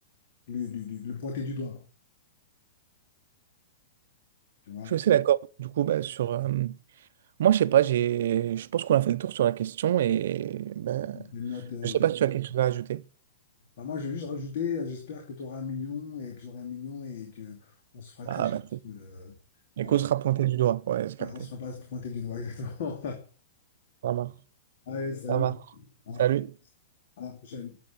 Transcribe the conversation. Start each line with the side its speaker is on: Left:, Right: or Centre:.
Left: le, le- le- le pointer du doigt, quoi. Tu vois?
Right: Je suis assez d'accord. Du coup, bah, sur, euh, moi, je sais pas, j'ai, je pense qu'on a fait le tour sur la question et bah,
Left: Des notes, euh,
Right: je sais pas si tu as quelque chose à ajouter.
Left: bah, moi, je vais juste rajouter, euh, j'espère que tu auras un million et que j'aurai un million et que on se fera
Right: Ah,
Left: cracher
Right: merci.
Left: dessus. euh,
Right: Les
Left: par
Right: causes
Left: les-
Right: sera pointées du doigt. Ouais, j'ai capté.
Left: On se fera pas pointer du doigt, <laughs> exactement.
Right: Ça marche.
Left: Allez, salut.
Right: Ça marche.
Left: à
Right: Salut.
Left: à la prochaine.